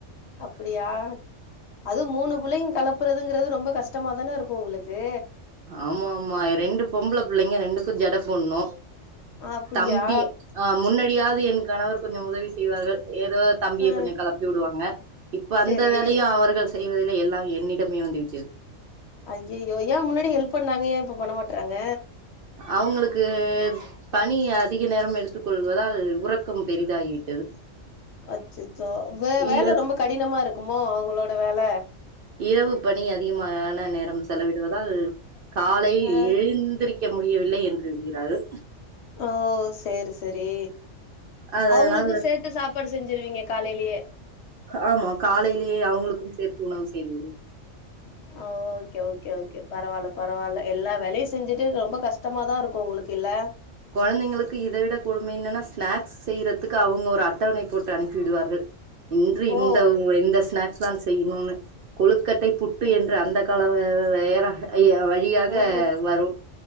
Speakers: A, on the left (about 65°); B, on the right (about 60°).
A: அப்படியா அதுவு மூணு பிள்ளைங்கள கலப்புறதுங்கறது ரொம்ப கஷ்டமாதான இருக்கு உங்களுக்கு
B: ஆமாமா ரெண்டு பொம்பள பிள்ளைங்க ரெண்டுக்கு ஜட போட்ணு
A: அப்பிடியா
B: தம்பி ஆ முன்னடியாவ்து என் கணவர் கொஞ்சம் உதவி செய்வார்கள் ஏதோ தம்பிய
A: ஆ
B: கொஞ்சோ கெளப் ப்பி விடுவாங்க இப்ப அந்த
A: செரி
B: வேலையு அவர்கள் செய்வதில்லை எல்லா என்னிடமே வந்து விட்டது
A: ஐய்யய்யோ ஏன் முன்னாடி ஹெல்ப் பண்ணாங்க ஏன் இப்ப பண்ண மாட்றாங்க
B: அவுங்களுக்கு பனி அதிக நேரம் எடுத்துக் கொள்வதால் உறக் க்கம் பெரிதாகிவிட்டது
A: அச்சச்சோ வே வேல
B: ஈரம்
A: ரொம்ப கடினமா இருக்குமோ அவங்களோட வேல
B: இரவு பணி அதிகமான நேரம் செலவிடுவதால் காலையில்
A: ஆ
B: எழுந்திரிக்க முடியவில்லை என்று எழுகிறார்கள்
A: ஓ சேரி செரி
B: அதனால்
A: அவுங்குளுக்கு சேத் து சாப்பாடு செஞ்சிருவீங்க காலையிலயே
B: ஆமா காலையிலயே அவங்களுக்கும் சேத்து உணவு செய்து விடுவே
A: ஓகே ஓகே ஓகே பரவால்ல பரவால்ல எல்லா வேலையும் செஞ்சுட்டு ரொம்ப கஷ்டமாதா இருக்கும் உங்களுக்கு இல்ல
B: கொழந்தைங்களுக்கு இத விட கொடுமை என்னன்னா ஸ்நாக்ஸ் செய்றத்துக்கு அவுங்க ஒரு அட்டவணை போட்டு அனுப்பிவிடுவார்கள் இன்று இந்த
A: ஓ
B: இந்த ஸ்நாக்ஸ் தான் செய்னோனு கொழுக்கட்டை புட்டு
A: ம்
B: என்று அந்த கால வேற வழியாக
A: ம்
B: வரும்